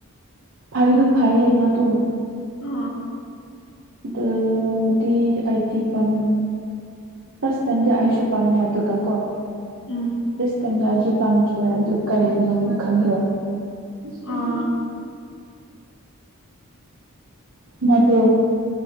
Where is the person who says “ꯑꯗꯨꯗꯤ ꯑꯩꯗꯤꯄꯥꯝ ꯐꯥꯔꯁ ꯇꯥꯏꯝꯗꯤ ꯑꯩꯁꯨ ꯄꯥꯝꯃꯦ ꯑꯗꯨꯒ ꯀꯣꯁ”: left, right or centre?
Right